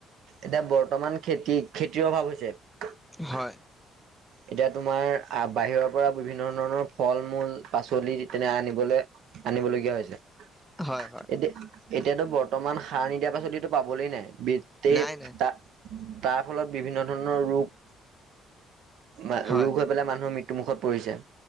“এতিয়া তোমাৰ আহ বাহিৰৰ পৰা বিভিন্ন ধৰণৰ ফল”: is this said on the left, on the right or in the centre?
Right